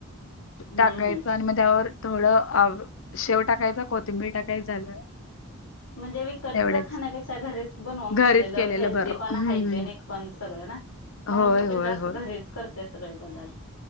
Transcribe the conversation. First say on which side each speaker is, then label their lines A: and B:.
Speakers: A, on the left; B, on the left.
A: हम्म
B: टाकायचं
A: हम्म
B: आणि मग त्यावर. थोडं आव शेव टाकायचा, कोथिंबीर टाकाय झालं.
A: म्हणजे विकतचा
B: एवढंच
A: खाण्यापेक्षा घरीच बनवून
B: घरीच
A: खाल्लेलं
B: केलेलं
A: हेल्दी
B: बरं
A: पण
B: हम्म.
A: हायजेनिक पण सगळे ना. म्हणून
B: होय
A: मी पण
B: होय
A: जास्त
B: होय
A: घरीच करते सगळे पदार्थ